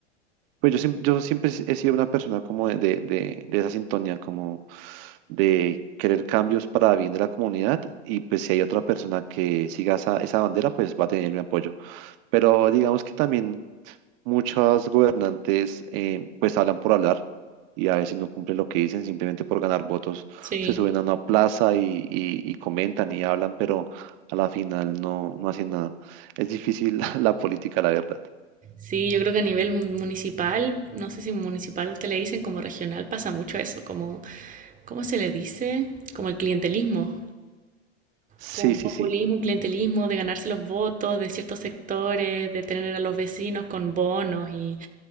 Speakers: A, on the right; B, on the right.
A: pues yo, siem- yo siempre he sido una persona como de, de, de- de esa sintonía, como de querer cambios para bien de la comunidad y pues si hay otra persona que siga esa, esa bandera, pues va a tener mi apoyo. Pero digamos que también muchos gobernantes eh, pues hablan por hablar y a veces no cumplen lo que dicen simplemente por ganar votos.
B: Sí.
A: Se suben a una plaza y, y- y comentan y hablan, pero a la final no, no hacen nada. Es difícil <laughs> la política, la verdad.
B: Sí, yo creo que a nivel municipal, no sé si municipal usted le dicen, como regional pasa mucho eso, como, ¿cómo se le dice? Como el clientelismo,
A: Sí,
B: como,
A: sí,
B: populismo,
A: sí.
B: un clientelismo de ganarse los votos de ciertos sectores, de tener a los vecinos con bonos y,